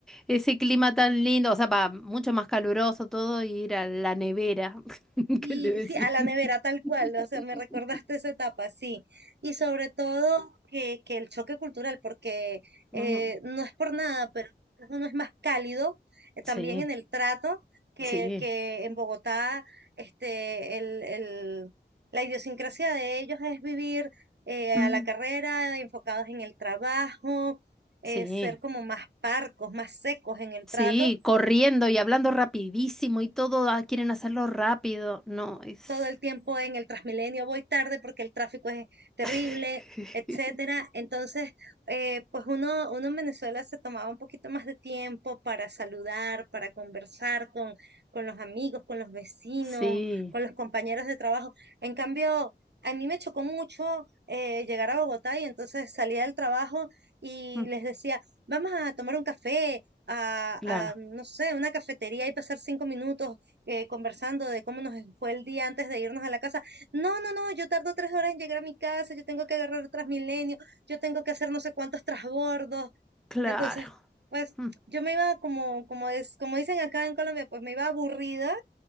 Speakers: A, in the centre; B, on the right.
A: ese clima tan lindo, o sea, va mucho más caluroso todo y ir a la nevera, <laughs>
B: Y
A: que le decían.
B: sí, a la nevera tal cual,
A: <laughs>
B: o sea, me recordaste esa etapa, sí. Y sobre todo que, que el choque cultural, porque
A: Mm,
B: eh, no es por nada, pero uno es más cálido eh,
A: sí,
B: también en el trato que,
A: sí,
B: que en Bogotá, este, el, el- la idiosincrasia de ellos es vivir eh,
A: mm,
B: a la carrera, enfocados en el trabajo, eh,
A: sí,
B: ser como más parcos, más secos en el
A: sí,
B: trato.
A: corriendo y hablando rapidísimo y todo, ah, quieren hacerlo rápido, no, es...
B: todo el tiempo en el Transmilenio, voy tarde porque el tráfico es terrible,
A: <laughs>
B: etcétera. Entonces, eh, pues uno, uno en Venezuela se tomaba un poquito más de tiempo para saludar, para conversar con, con los amigos, con los vecinos,
A: Sí,
B: con los compañeros de trabajo. En cambio, a mí me chocó mucho eh, llegar a Bogotá y entonces salía del trabajo y
A: mm,
B: les decía, vamos a tomar un café. A,
A: claro,
B: a, no sé, una cafetería y pasar cinco minutos eh, conversando de cómo nos fue el día antes de irnos a la casa. No, no, no, yo tardo tres horas en llegar a mi casa, yo tengo que agarrar el Transmilenio, yo tengo que hacer no sé cuántos trasbordos.
A: claro,
B: Entonces, pues
A: mm,
B: yo me iba como, como es, como dicen acá en Colombia, pues me iba aburrida